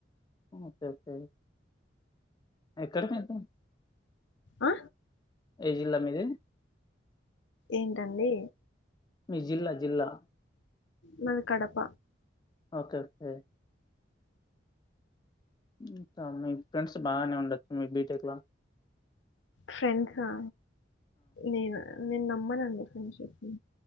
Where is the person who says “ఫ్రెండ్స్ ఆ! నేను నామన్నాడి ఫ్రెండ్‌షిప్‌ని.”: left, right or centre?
Left